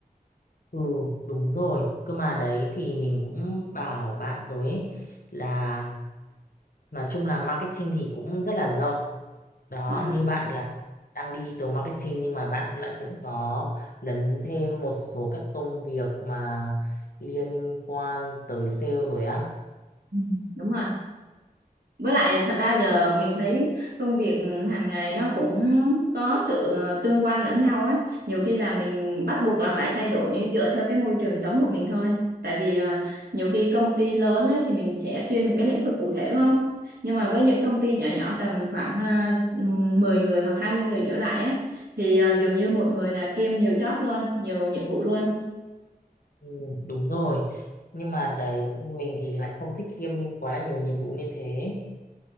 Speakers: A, on the left (about 65°); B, on the right (about 80°).
A: Ừ, đúng rồi. Cơ mà đấy thì mình cũng bảo bạn rồi ấy là Nói chung là marketing thì cũng rất là rộng. Đó,
B: Ừ.
A: như bạn là đang digital marketing nhưng mà bạn lại cũng có lấn thêm một số các công việc mà liên quan tới sale rồi á.
B: Ừ, đúng rồi. Với lại thật ra giờ mình thấy công việc ừ, hàng ngày nó cũng có sự ờ, tương quan lẫn nhau á. Nhiều khi là mình bắt buộc là phải thay đổi dựa theo cái môi trường sống của mình thôi. Tại vì ờ, nhiều khi công ty lớn ấy, thì mình sẽ chuyên một cái lĩnh vực cụ thể đúng không? Nhưng mà với những công ty nhỏ nhỏ tầm khoảng ờ, 10 người hoặc 20 người trở lại ấy, thì ờ, dường như một người là kiêm nhiều job luôn, nhiều nhiệm vụ luôn.
A: Ừ, đúng rồi. Nhưng mà đấy mình thì lại không thích kiêm quá là nhiều nhiệm vụ như thế.